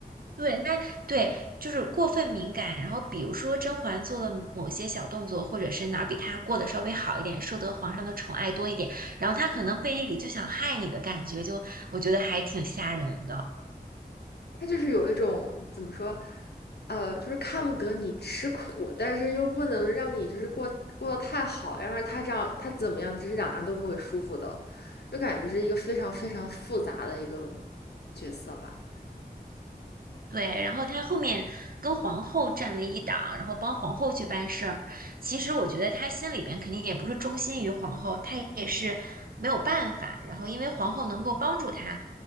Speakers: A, on the right; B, on the left.
A: 对，那对就是过分敏感。然后比如说甄嬛做的某些小动作，或者是哪儿比她过得稍微好一点，受得皇上的宠爱多一点，然后她可能背地里就想害你的感觉，就我觉得还挺吓人的。
B: 他就是有一种怎么说，呃，就是看不得你吃苦，但是又不能让你就是过过得太好，要不然他这样他怎么样，这是两样都不会舒服的，就感觉是一个非常非常复杂的一个角色吧。
A: 对，然后她后面跟皇后站为一党，然后帮皇后去办事儿。其实我觉得她心里边肯定也不是忠心于皇后，她也是没有办法。然后因为皇后能够帮助她